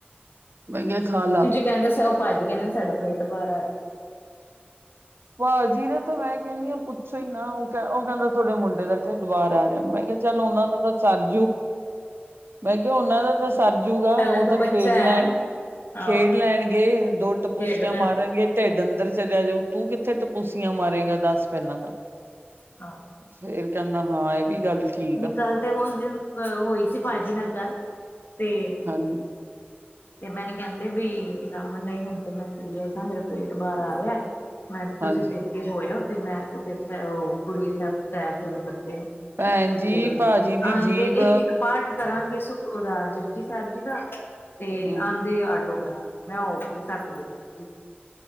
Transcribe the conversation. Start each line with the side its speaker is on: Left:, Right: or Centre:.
Right: ਮੈਂ ਕੇਹਾ, ਖਾ ਲਾ।
Left: ਕੈਂਦੇ ਸਗੋਂ ਭਾਜੀ ਕੈਦੇ, ਸਾਡਾ ਪੇਟ ਬਾਹਰ ਆ ਰਿਆ।
Right: ਭਾਜੀ ਦਾ ਤਾਂ ਮੈਂ ਕੈਣੀ ਆਂ ਪੁੱਛੋ ਈ ਨਾ, ਔ ਕੈਂਹਦਾ ਤੁਹਾਡੇ ਮੁੰਡੇ ਦਾ ਢਿੱਡ ਬਾਹਰ ਆ ਰਿਆ, ਮੈਂ ਚੱਲ ਓਨਾਂ ਦਾ ਤਾਂ ਸਰ ਜੂ, ਮੈਂ ਕਿਆ ਓਨਾਂ ਦਾ ਤਾਂ- ਸਰ ਜੂਗਾ,
Left: ਪਹਿਲਾਂ
Right: ਓ ਤਾਂ
Left: ਬੱਚਾ
Right: ਖੇਡ
Left: ਹੈ
Right: ਲੈਣ
Left: ਹਾਂ
Right: -ਖੇਡ ਲੈਣਗੇ ਦੋ ਟਪੂਸੀਆਂ
Left: ਖੇਡ ਲੈਣਗੇ
Right: ਮਾਰਨਗੇ। ਢਿੱਡ ਅੰਦਰ ਚਲਾ ਆ ਜਾਊ, ਤੂੰ ਕਿੱਥੇ ਟਪੂਸੀਆਂ ਮਾਰੇਗਾ, ਦੱਸ ਪੈਹਲਾਂ ਤਾਂ
Left: <unintelligible>
Right: ਫੇਰ ਕੈਂਦਾ, ਹਾਂ ਏ ਵੀ ਗੱਲ ਠੀਕ
Left: ਨਿਕਲ
Right: ਆ।
Left: ਤੇ ਓਸ ਦਿਨ ਹੋਈ ਸੀ ਭਾਜੀ ਨਾਲ ਗੱਲ, ' ਤੇ।
Right: ਹਾਂਜੀ,
Left: ਤੇ ਮੈਨੂੰ ਕੈਂਹਦੇ ਬਈ, ਨਹੀਂ ਹੁਣ ਤੇ ਮੈਂ ਸੀਰੀਅਸ ਆਂ, ਮੇਰਾ ਪੇਟ ਬਾਹਰ ਆ ਰਿਆ। ਮੈਂ ਤੇ ਤੁਸੀਂ
Right: ਹਾਂਜੀ
Left: ਪੇਕੇ ਹੋ ਆਓ, ਮੈਂ ਤੇ ਫਿਰ ਓ ਕੁੜੀ ਸਹਿਜ ਪਾਠ ਸ਼ੁਰੂ ਕਰਦੇ ਆਂ।
Right: ਭੈਣ
Left: ਤੇ
Right: ਜੀ ਭਾਜੀ ਦੀ
Left: ਆਂਦੇ,
Right: ਜੀਭ
Left: ਇੱਕ -ਇੱਕ ਪਾਠ ਕਰਾਂਗੇ ਸੁੱਖ ਓਦਾ ਜੱਪਜੀ ਸਾਹਿਬ ਜੀ ਦਾ, ਤੇ
Right: ਹੂੰ
Left: ਆਂਦੇ ਅਠ ਮੈਂ, ਔ ਕੇ ਸੱਤ ਬਚਨ